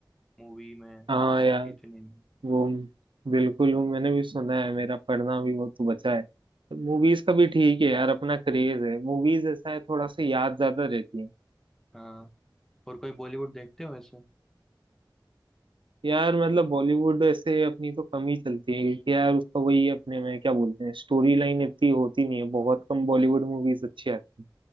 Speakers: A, in the centre; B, on the right.
A: मूवी में
B: हाँ यार
A: इतनी नहीं
B: वो बिल्कुल वो मैंने भी सुना है मेरा पढ़ना भी वो तो बचा है मूवीज का भी ठीक है यार अपना क्रेज है मूवीज ऐसा है थोड़ा सा याद ज्यादा रहती है
A: हाँ और कोई बॉलीवुड देखते हो ऐसे
B: यार मतलब बॉलीवुड ऐसे अपनी तो कम ही चलती है क्योंकि यार उसका वही अपने में क्या बोलते हैं स्टोरी लाइन इतनी होती नहीं है बहुत कम बॉलीवुड मूवीज अच्छी आती है